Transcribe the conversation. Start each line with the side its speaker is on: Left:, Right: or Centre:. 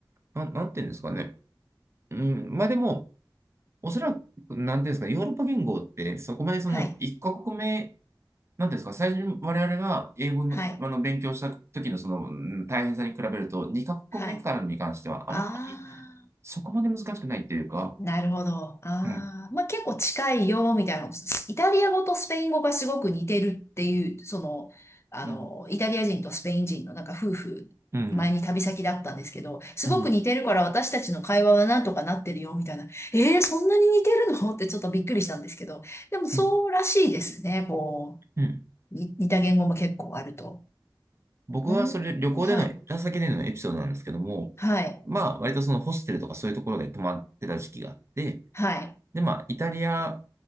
Right: あ、な、なんていうんですかね。うん、まあでも、おそらく、なんていうんですか、ヨーロッパ言語って、そこまでその、
Left: はい。
Right: 一カ国目、なんていうんですか、最初に我々が英語の、
Left: はい。
Right: あの勉強した時のその、うん大変さに比べると、二カ国目からに関しては、
Left: はい。ああ、
Right: あんまりそこまで難しくないっていうか、
Left: なるほど。ああ、
Right: はい。
Left: まあ結構近いよ、みたいなイタリア語とスペイン語がすごく似てるっていう、その、あの、
Right: うん。
Left: イタリア人とスペイン人のなんか夫婦、
Right: うん。
Left: 前に旅先だったんですけど、すごく似てるから私たちの会話はなんとかなってるよ、
Right: うん。
Left: みたいな。えー、そんなに似てるのってちょっとびっくりしたんですけど、でもそうらしいですね、
Right: うん。
Left: こ
Right: うん
Left: う、に似た言語も結構あると。
Right: 僕はそれ旅行での、
Left: うーん、はい。
Right: ラ先でのエピソードなんですけども、
Left: はい。
Right: まあ割とそのホステルとかそういうところで泊まってた時期があって、
Left: はい。
Right: でまあイタリア、